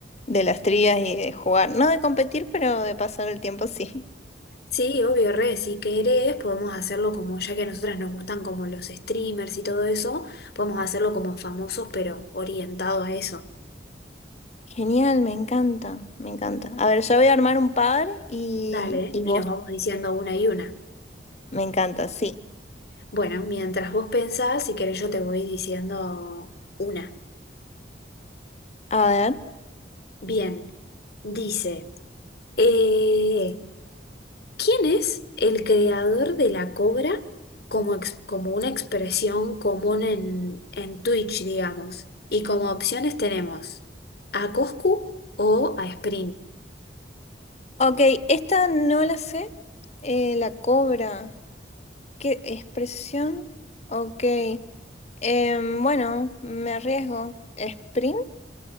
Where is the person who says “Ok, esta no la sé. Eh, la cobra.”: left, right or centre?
Left